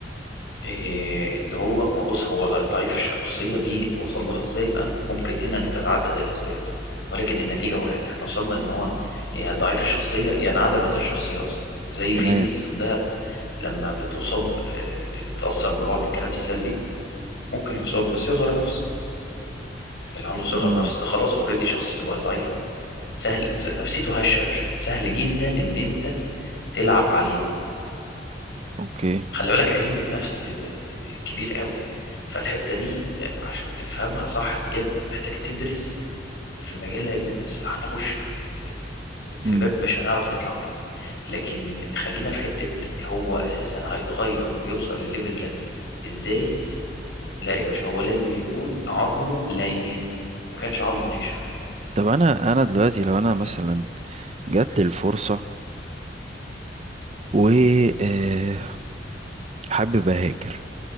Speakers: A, on the left; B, on the right.
A: إيه ان هو ما بص هو ضعيف الشخصيه دي وصل لها ازاي بقى ممكن هنا تتعدد الاسباب ولكن النتيجه واحد احنا وصلنا لان هو يا ضعيف الشخصيه يا انعدمت الشخصيه اصلا زي في
B: تمام
A: ناس عندها لما بتصاب آه، بتتاثر ببعض الكلام السلبي ممكن يصاب بصغر نفس اللي عنده صغر
B: امم
A: نفس ده خلاص اوريدي شخصيته بقت ضعيفه سهل نفسيته هشه يا باشا سهل جدا ان انت تلعب عليه
B: اوكي
A: خلي بالك علم النفس كبير قوي فالحتة دي عشان تفهمها صح بجد محتاج تدرس في مجال علم النفس فهنخش في في في
B: امم
A: باب مش هنعرف نطلع منه لكن خلينا في حتة هو أساسا هيتغير ويوصل للليفل ده إزاي لا يا باشا هو لازم يكون عظمه لين ما كانش عظمه ناشف
B: طب انا انا دلوقتي لو انا مثلا جات لي الفرصة و آه، حابب اهاجر